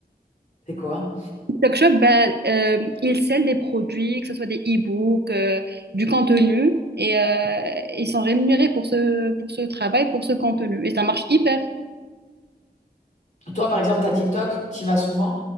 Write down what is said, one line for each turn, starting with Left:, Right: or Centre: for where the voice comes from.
Left: c'est quoi?
Right: TikTok Shop, bah, euh, ils scellent des produits, que ce soit des e-books, euh, du contenu, et euh, ils sont rémunérés pour ce, pour ce travail, pour ce contenu. Et ça marche hyper
Left: Toi, par exemple, t'as TikTok, t'y vas souvent?